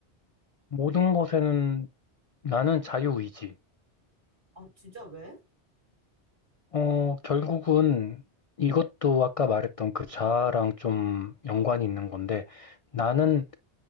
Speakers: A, on the left (about 60°); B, on the right (about 75°).
A: 모든 것에는 나는 자유의지.
B: 아, 진짜 왜?
A: 어, 결국은 이것도 아까 말했던 그 자아랑 좀 연관이 있는 건데, 나는